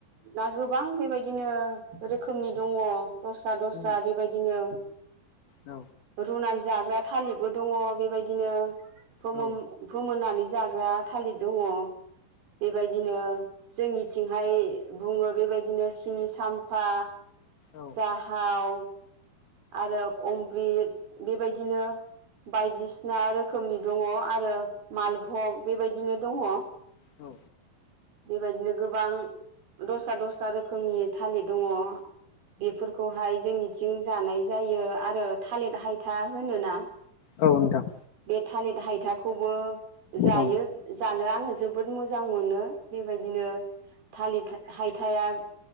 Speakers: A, on the right (about 70°); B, on the left (about 60°).
A: ना गोबां बेबायदिनो रोखोमनि दङ। दस्रा दस्रा
B: उम
A: बेबायदिनो
B: औ
A: रुनानै जाग्रा थालिरबो दंङ बेबायदिनो फोमोन-फोमोननानै
B: औ
A: जाग्रा थालिर दङ बेबायदिनो जोंनि थिंहाय बुङो बेबायदिनो सिनि साम्फा
B: औ
A: जाहाव आरो अम्रिद बेबायदिनो बायदिसिना रोखोमनि दंङ आरो मालभग बेबायदिनो दङ।
B: औ
A: बेबायदिनो गोबां दस्रा दस्रा रोखोमनि थालिर दङ। बेफोरखौहाय जोंनिथिं जानाय जायो आरो थालिर हायथा होनोना?
B: औ नोंथां।
A: बे थालिर हायथा खौबो जायो
B: औ
A: जानो आङो जोबोद मोजां मोनो बेबायदिनो थालिर हायथाया